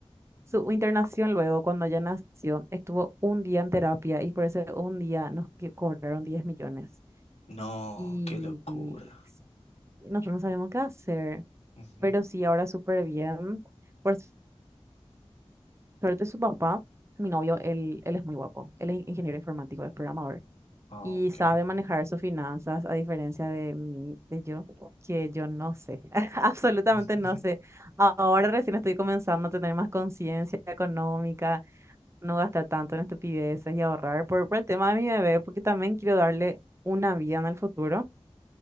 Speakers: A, on the right; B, on the left.
A: su internación luego, cuando ella nació, estuvo un día en terapia y por ese un día nos qui- cobraron 10 millones.
B: No,
A: Y,
B: qué locura.
A: y s- nosotros no sabemos qué hacer,
B: Ujú.
A: pero sí, ahora súper bien. Por su- suerte, su papá, mi novio, él, él es muy guapo. Él es ingeniero informático, es programador
B: Oh,
A: y
B: qué
A: sabe
B: genial.
A: manejar sus finanzas, a diferencia de mí, de yo, que yo no sé, <laughs> absolutamente
B: <laughs>
A: no sé. Ahora recién estoy comenzando a tener más conciencia económica no gastar tanto en estupideces y ahorrar por, por el tema de mi bebé, porque también quiero darle una vida en el futuro.